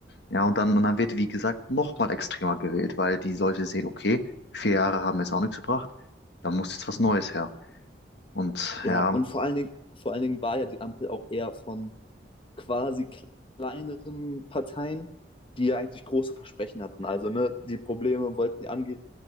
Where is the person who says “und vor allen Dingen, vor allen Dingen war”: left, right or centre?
Left